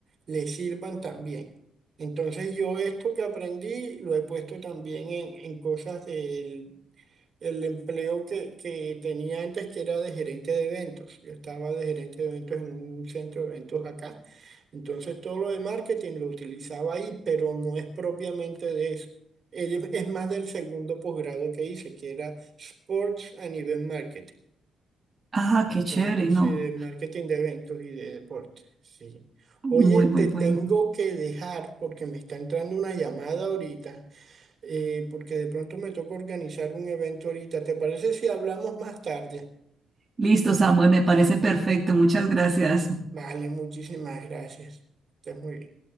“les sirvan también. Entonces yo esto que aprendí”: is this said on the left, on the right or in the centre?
Right